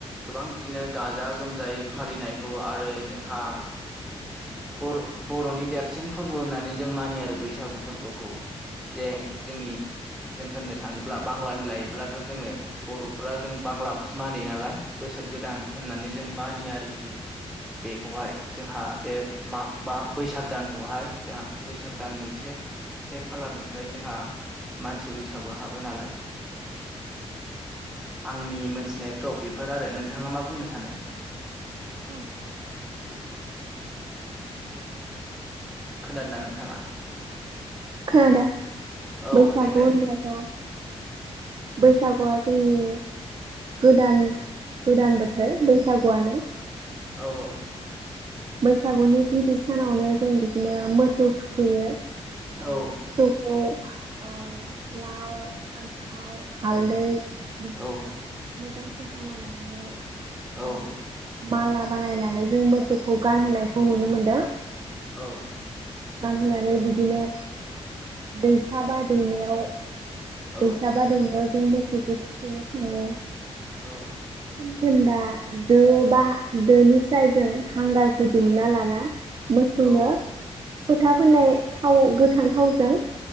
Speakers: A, in the centre; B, on the right.
A: गोबां बिदिनो गाजा गोमजायै फालिनायखौ आरो जोंहा बर'-बर'नि देरसिन फोरबो होननानै जों मानियो आरो बैसागु फोरबोखौ। जे जोंनि जों होननो थाङोब्ला बांलानि लायोब्लाथ' जोङो बर'फ्रा जों बांलाखौसो मानियो नालाय? बोसोर गोदान होननानै जों मानियो आरोखि।
B: <inaudible>
A: बेखौहाय जोंहा बे माग बा बैसाग दानखौहाय जोंहा बैसाग दाननि से खा से खालारनिफ्राय जोंहा मानसि बैसाबो हाबो नालाय? आंनि मोनथिनायफ्राव बेफोर आरो। नोंथाङा मा बुंनो सानो?
B: औ।
A: खोनादोंना नोंथाङा?
B: खोनादों।
A: औ
B: बैसागु
A: देलाय
B: होमब्लाथ'
A: नों
B: बैसागुआ जोंनि गोदान गोदान बोथोर बैसागुआनो।
A: औ औ।
B: बैसागुनि गिबि सानावनो जों बिदिनो मोसौ थुखैयो।
A: औ।
B: ओ मोसौखौ ओ लाव फान्थाव हालदै बिदिनो
A: औ
B: मोजांसे हाना लानानै
A: औ
B: ओ माला बानायनानै जों मोसौखौ गानहोनायखौ नुनो मोनदों।
A: औ।
B: गानहोनानै बिदिनो दैसा बा दैमायाव
A: औ
B: दैसा बा दैमायाव जों मोसौखौ थुखैनो थाङो।
A: औ
B: खामखोन्दा दो बा
A: औ
B: दोनिफ्राय जों हांगारखौ दिहुनना लाना मोसौनो
A: औ
B: फोथा फोननाय थाव गोथां थावजों